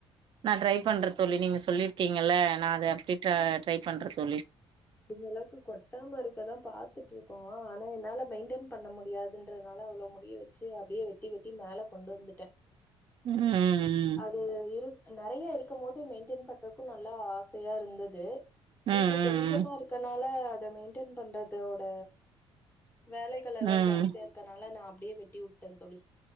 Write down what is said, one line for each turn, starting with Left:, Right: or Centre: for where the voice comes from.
Right: நான் ட்ரை
Left: ஆ
Right: பண்ற தோழி நீங்க சொல்லி ங்கல நான் அதை எப்ப்ட ட்ரை பண்ற தோழி
Left: எல்லாக்கு கொட்டாம இருக்கதா பாத்துட்ருக்கோ ஆனா என்னால மெயின்டெயன் பண்ண முடியாதுன்றனால அவ்ளோ வெச்சு அப்டியே வெட்டி வெட்டி மேல கொண்டு வந்துட்ட
Right: ம்
Left: அது இரு நறைய இருக்கமோது மெயின் தின் பண்றக்கு நல் லா ஆசயா இருந்தது
Right: ம் ம் ம்
Left: இப்ப கொஞ்ச ச்சமா இருக்கனால அத மெயின்டென் பண்றதோட வேலைகள் எல்லா
Right: ம் ம் ம்
Left: ஜாஸ்தியா இருக்கனால நா அப்டியே வெட்டி உட்ட தோழி